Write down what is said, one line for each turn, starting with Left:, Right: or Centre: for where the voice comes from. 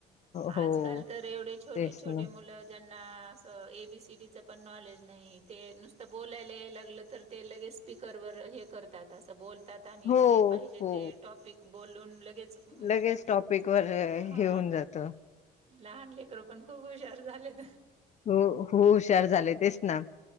Right: आजकाल
Left: हो
Right: तर एवढे छोटे
Left: तेच
Right: छोटे
Left: ना
Right: मुलं ज्यांना असं एबीसीडीच पण नॉलेज नाही ते नुसतं बोलायला यालागलं तर ते लगेच स्पीकरवर हे करतात असं बोलतात आणि
Left: हो
Right: जे पाहिजे
Left: हो
Right: ते टॉपिक बोलून लगेच अम
Left: लगेच टॉपिक वर हे
Right: हा
Left: होऊन जात.
Right: लहान लेकर पण खूप हुशार झालेत.
Left: हो हो हुशार झाले तेच ना